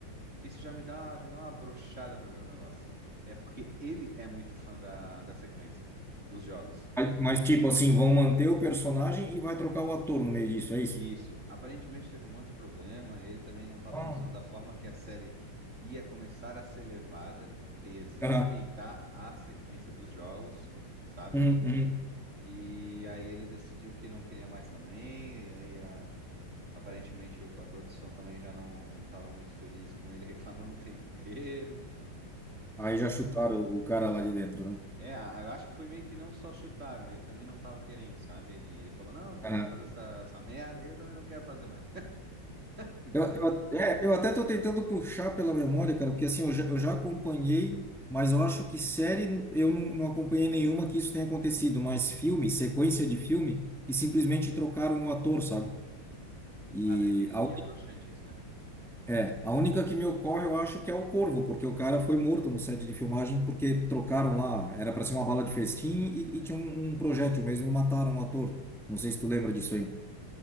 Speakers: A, on the right (about 35°); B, in the centre.
A: Isso já me dá, já dá uma brochada pra ver o negócio. É porque ele é muito fã da, da sequência dos jogos.
B: Mas, mas, tipo assim, vão manter o personagem e vai trocar o ator no meio disso, é isso?
A: Isso, aparentemente teve um monte de problema, ele também não estava
B: Ah,
A: gostando da forma que a série ia começar a ser levada, porque ia desrespeitar
B: aham.
A: a sequência dos jogos, sabe?
B: Uhum, uhum.
A: E aí ele decidiu que não queria mais também, e aí a- aparentemente o- a produção também já não estava muito feliz com ele <laughs> reclamando o tempo inteiro.
B: Aí já chutaram o, o cara lá de dentro, né?
A: É, a- eu acho que foi meio que não só chutaram, ele também não estava querendo, sabe? E ele falou, não, vocês
B: Aham.
A: vão fazer essa, essa merda e eu também não quero fazer mais, <laughs> entendeu?
B: Eu, eu, é, eu até tô tentando puxar pela memória, cara, porque assim, eu já, eu já acompanhei, mas eu acho que série eu não, não acompanhei nenhuma que isso tenha acontecido, mas filme, sequência de filme, que simplesmente trocaram o ator, sabe? E
A: Ah, daí tem,
B: a,
A: e é broxante isso, né?
B: É, a única que me ocorre, eu acho que é o Corvo, porque o cara foi morto no set de filmagem porque trocaram lá, era para ser uma bala de festim e, e tinha um, um projétil mesmo e mataram o ator. Não sei se tu lembra disso aí.